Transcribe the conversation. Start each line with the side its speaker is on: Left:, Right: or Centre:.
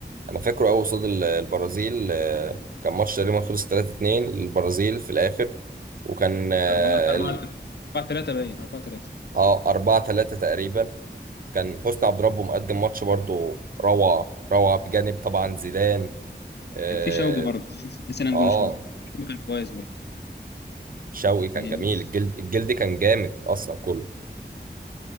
Right: انا فاكره قوي قصاد ال- البرازيل آه، كان ماتش تقريبا خلص 3-2 للبرازيل في الاخر وكان اه
Left: 4 4
Right: ال-
Left: 4 3 باين 4 3
Right: آه، 4-3 تقريبا كان حسني عبد ربه مقدم ماتش برضو روعه روعه بجانب طبعا زيدان اه
Left: كان في شوقي برضه شوف نسينا نقول
Right: آه،
Left: شوقي شوقي كان كويس برضه
Right: شوقي كان
Left: من الناس
Right: جميل الجلد الجلد كان جامد اصلا كله